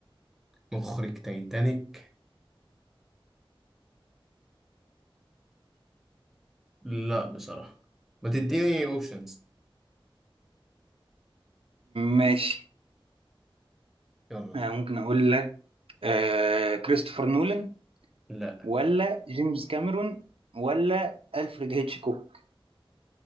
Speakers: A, in the centre; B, on the right.
A: مخرج تايتانيك لا بصراحه ما تديني اوبشنز
B: ماشي
A: يلا
B: آه، ممكن اقول لك آه، كريستوفر نولان
A: لا
B: ولا جيمس كاميرون ولا الفريد هيتشكوك